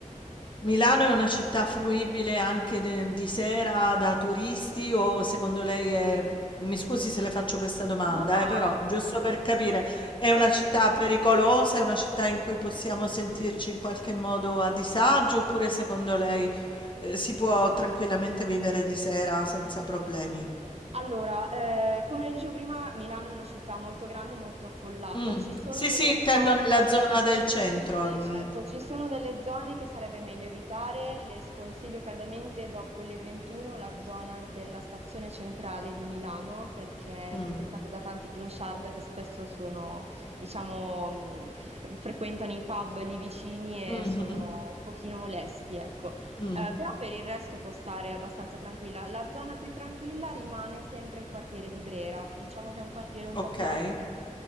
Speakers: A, on the left (about 35°); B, on the right (about 50°).
A: Milano è una città fruibile anche de- di sera da turisti o secondo lei è... Mi scusi se le faccio questa domanda,
B: No, no,
A: eh, però giusto
B: giustissimo.
A: per capire, è una
B: Certo.
A: città pericolosa, è una città in cui possiamo sentirci in qualche modo a disagio oppure secondo lei, eh, si può tranquillamente vivere di sera senza problemi?
B: Allora, eh, come dicevo prima, Milano è una città molto grande e molto affollata.
A: Mm.
B: Ci sono
A: Sì,
B: delle
A: sì, intendo
B: zone,
A: nella zona del centro.
B: sì, sì,
A: mm.
B: certo, ci sono delle zone che sarebbe meglio evitare. Le sconsiglio caldamente dopo le 21 la zona della stazione centrale di Milano, perché
A: Mm.
B: è frequentata da tanti clochard che spesso sono, diciamo, mh, frequentano i pub lì vicini
A: Mh-mh.
B: e sono un pochino molesti, ecco.
A: Mh.
B: Eh, però per il resto può stare abbastanza tranquilla. La zona più tranquilla rimane sempre il quartiere di Brera, diciamo che è un quartiere un
A: Okay.
B: po' più alto